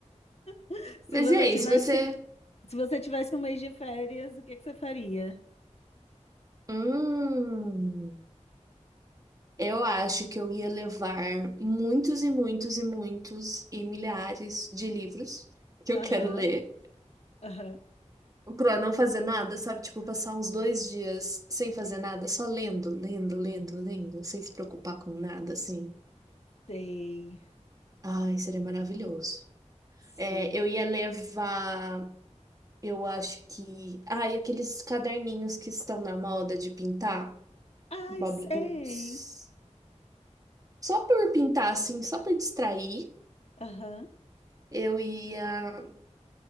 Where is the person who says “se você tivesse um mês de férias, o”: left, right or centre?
Left